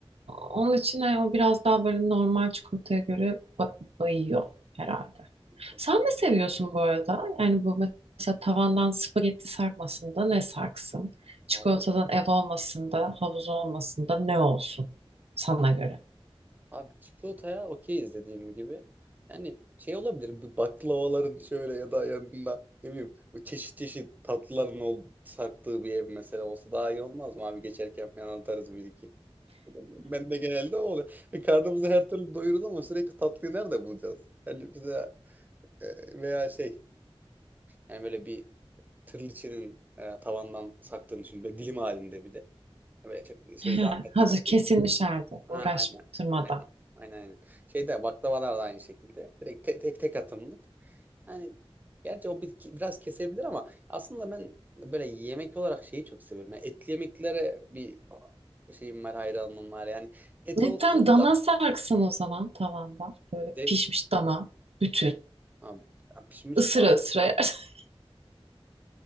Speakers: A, on the right; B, on the right.
A: onun için hani o biraz daha böyle normal çikolataya göre ba- bayıyor herhalde.
B: Kesin.
A: Sen ne seviyorsun bu arada? Yani bu mesela tavandan spagetti sarkmasın ne sarksın? Çikolatadan
B: Abi,
A: ev olmasında, havuz olmasında ne olsun sana göre?
B: abi çikolataya okeyiz dediğim gibi. Yani şey olabilir bu baklavaların şöyle ya da yanında ne bileyim bu çeşit çeşit tatlıların ol, sarktığı bir ev mesela olsa daha iyi olmaz mı abi geçerken falan atarız bir iki. Ben de genelde o oluyor. E, karnımızı her türlü doyururuz ama sürekli tatlıyı nerede bulacağız? Yani bize e, veya şey yani böyle bir tırlıçının e, tavandan saktığını düşün. Böyle dilim halinde bir de. Böyle çok şey
A: He,
B: zahmetli
A: Hazır
B: de
A: kesilmiş
B: değil.
A: halde
B: Ha,
A: uğraştırmadan.
B: aynen. Aynen. Aynen aynen. Şeyde baklavalar da aynı şekilde. Direkt te- tek tek atımlık. Yani gerçi o bir, biraz kesebilir ama aslında ben böyle yemek olarak şeyi çok seviyorum. Yani etli yemeklere bir şeyim var, hayranlığım var. Yani et
A: Ne
B: olsun
A: tam dana
B: da
A: sarksın o zaman tavanda. Böyle
B: direkt
A: pişmiş dana bütün
B: Direkt- Ha, ya pişmiş
A: ısıra
B: daha
A: ısıra yersin. <laughs>